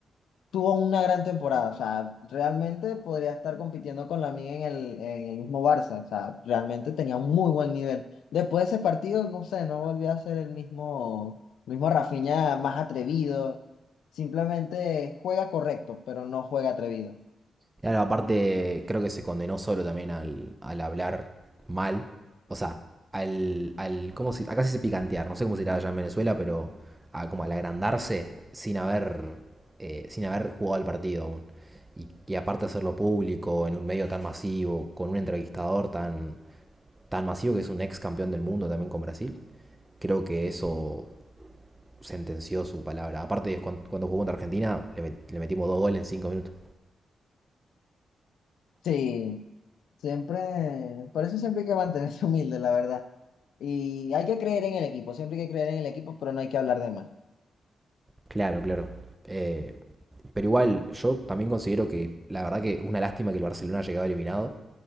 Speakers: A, on the left; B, on the right.
A: tuvo una gran temporada, o sea, realmente podría estar compitiendo con la en el, en el mismo Barça, o sea, realmente tenía un muy buen nivel. Después de ese partido, no sé, no volvió a ser el mismo, mismo Rafinha más atrevido, simplemente juega correcto, pero no juega atrevido.
B: Claro, aparte, creo que se condenó solo también al, al hablar mal. O sea, al, al ¿cómo se- acá sí se dice picantear, no sé cómo se dirá allá en Venezuela, pero a- como al agrandarse sin haber, eh, sin haber jugado el partido aún. Y, y aparte hacerlo público, en un medio tan masivo, con un entrevistador tan, tan masivo que es un ex campeón del mundo también con Brasil, creo que eso sentenció su palabra. Aparte, ellos cuan- cuando jugó contra Argentina, le, met- le metimos dos goles en cinco minutos.
A: Sí, siempre, por eso siempre hay que mantenerse <laughs> humilde, la verdad. Y hay que creer en el equipo, siempre hay que creer en el equipo, pero no hay que hablar de más.
B: Claro, claro. Eh, Pero igual, yo también considero que la verdad que una lástima que el Barcelona haya quedado eliminado.